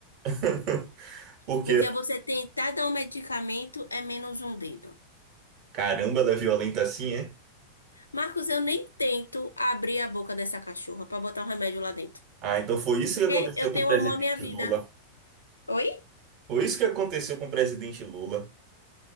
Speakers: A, on the right; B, on the left.
A: <laughs>
B: Porque
A: Porque,
B: você tentar dar um medicamento é menos um dedo.
A: caramba, ela é violenta assim, é?
B: Marcos, eu nem tento abrir a boca dessa cachorra para botar um remédio lá dentro.
A: Ah, então foi isso que aconteceu
B: Porque eu
A: com
B: tenho
A: o presidente
B: amor à minha vida.
A: Lula.
B: Oi?
A: Foi isso que aconteceu com o presidente Lula.